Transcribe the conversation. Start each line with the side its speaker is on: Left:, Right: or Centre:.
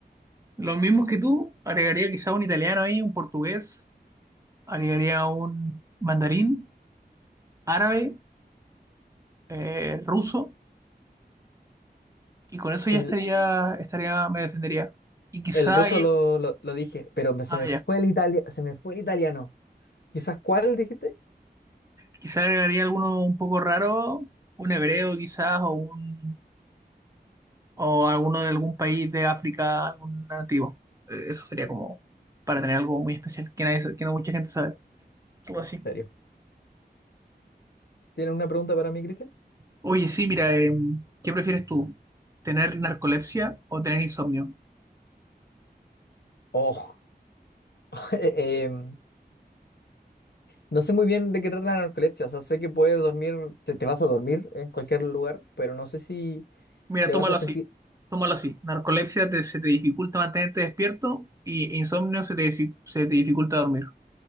Right: Los mismos que tú, agregaría quizá un italiano ahí, un portugués, agregaría un mandarín, árabe, eh, ruso. Y con eso ya
Left: Sí, el
Right: estaría, estaría, me defendería. Y quizá,
Left: el ruso
Right: ahí-
Left: lo, lo- lo dije, pero me- se
Right: ah,
Left: me
Right: ya,
Left: fue el italia, se me fue el italiano. ¿Quizás cuál dijiste? ¿En
Right: quizá agregaría alguno un poco raro, un hebreo quizás, o un, o alguno de algún país de África, algún nativo. Eh, Eso sería como para tener algo muy especial que, nadie, sa- que no mucha gente sabe. Algo así.
Left: serio? ¿Tienes una pregunta para mí, Cristian?
Right: Oye, sí, mira, em, ¿qué prefieres tú? ¿Tener narcolepsia o tener insomnio?
Left: Oh, <laughs> em, No sé muy bien de qué trata la narcolepsia, o sea, sé que puedes dormir, te, te vas a dormir en cualquier lugar, pero no sé si
Right: Mira,
Left: te
Right: tómalo
Left: vas a sentir,
Right: así. Tómalo así. Narcolepsia te- se te dificulta mantenerte despierto y e insomnio se te, dici- se te dificulta dormir.